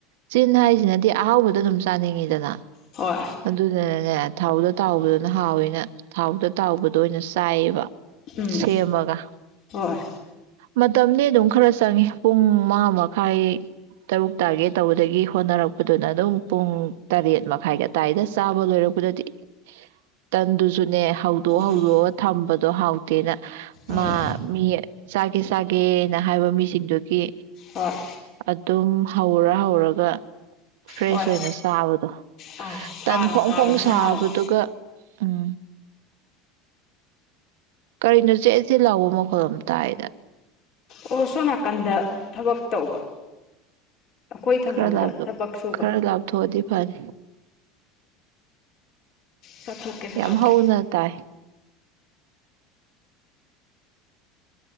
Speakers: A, on the right; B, on the left.
A: ꯆꯤꯟ ꯍꯥꯏꯁꯤꯅꯗꯤ ꯑꯍꯥꯎꯕꯗꯣ ꯑꯗꯨꯝ ꯆꯥꯅꯤꯡꯉꯤꯗꯅ
B: ꯍꯣꯏ
A: ꯑꯗꯨꯗꯨꯅꯅꯦ ꯊꯥꯎꯗ ꯇꯥꯎꯕꯗꯨꯅ ꯍꯥꯎꯋꯦꯅ ꯊꯥꯎꯗ ꯇꯥꯎꯕꯗꯣ ꯑꯣꯏꯅ ꯆꯥꯏꯌꯦꯕ
B: ꯎꯝ
A: ꯁꯦꯃꯒ ꯃ
B: ꯍꯣꯏ
A: ꯃꯇꯝꯗꯤ ꯑꯗꯨꯝ ꯈꯔ ꯆꯪꯉꯤ ꯄꯨꯡ ꯃꯉꯥ ꯃꯈꯥꯏ ꯇꯔꯨꯛ ꯇꯥꯒꯦ ꯇꯧꯕꯗꯒꯤ ꯍꯣꯠꯅꯔꯛꯄꯗꯨꯅ ꯑꯗꯨꯝ ꯄꯨꯡ ꯇꯔꯦꯠ ꯃꯈꯥꯏꯒ ꯇꯥꯏꯗ ꯆꯥꯕ ꯂꯣꯏꯔꯛꯄꯗꯗꯤ ꯇꯟꯗꯨꯁꯨ ꯅꯦ ꯍꯧꯗꯣꯛ
B: ꯎꯝ
A: ꯍꯧꯗꯣꯛꯑꯒ ꯊꯝꯕ ꯗꯣ ꯍꯥꯎꯇꯦꯅ
B: ꯎꯝ
A: ꯃꯥ ꯃꯤ ꯆꯥꯛ ꯁꯤ ꯆꯥꯒꯦꯅ ꯍꯥꯏꯕ ꯃꯤꯁꯤꯡꯗꯨꯒꯤ
B: ꯍꯣꯏ
A: ꯑꯗꯨꯝ ꯍꯧꯔ ꯍꯧꯔꯒ ꯐ꯭ꯔꯦꯁ
B: ꯍꯣꯏ
A: ꯑꯣꯏꯅ ꯆꯥꯕꯗꯣ
B: ꯑꯥ
A: ꯇꯟ
B: ꯍꯥꯟꯅ
A: ꯐꯣꯡ
B: ꯆꯥꯕꯁꯤꯅ
A: ꯐꯣꯡ ꯁꯥꯕꯗꯨꯒ
B: ꯍꯥꯎꯋꯤ
A: ꯎꯝ ꯀꯔꯤꯅꯣ ꯆꯦꯠ ꯆꯦꯠ ꯩ ꯂꯥꯎꯕ ꯃꯈꯣꯜ ꯑꯃ ꯇꯥꯏꯗ
B: ꯑꯣ ꯁꯣꯝ ꯅꯥꯀꯟꯗ ꯊꯕꯛ ꯇꯧꯕ ꯑꯩꯈꯣꯏ ꯊꯪꯅꯕꯗ
A: ꯈꯔ ꯂꯥꯞ
B: ꯊꯕꯛ ꯁꯨꯕ
A: ꯈꯔ ꯂꯥꯞꯊꯣꯛꯑꯗꯤ ꯐꯅꯤ
B: ꯆꯠꯊꯣꯛꯀꯦ ꯆꯠꯊꯣꯛꯀꯦ
A: ꯌꯥꯝ ꯍꯎꯅ ꯇꯥꯏ